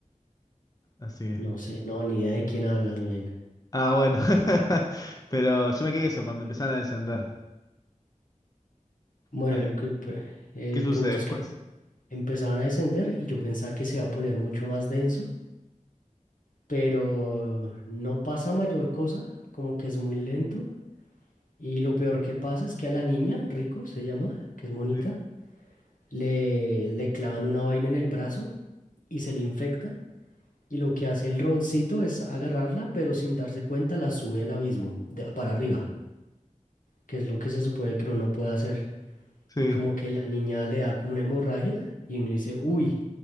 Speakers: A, on the left; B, on the left.
A: Así es.
B: No sé, no, ni idea de quién hablas, men.
A: Ah, bueno. <laughs> Pero yo me quedé eso cuando empezaron a descender.
B: Bueno,
A: A
B: el,
A: ver,
B: el pe- el
A: ¿qué sucede
B: punto
A: después?
B: es que empezaban a descender y yo pensaba que se iba a poner mucho más denso, pero no pasa mayor cosa, como que es muy lento. Y lo peor que pasa es que a la niña, Rico se llama, que es monita
A: Sí.
B: le, le clavan una vaina en el brazo y se le infecta. Y lo que hace el robotcito es agarrarla, pero sin darse cuenta la sube al abismo, de- para arriba, que es lo que se supone que uno no puede hacer.
A: Sí.
B: Y como que la niña le da como una hemorragia y uno dice, uy,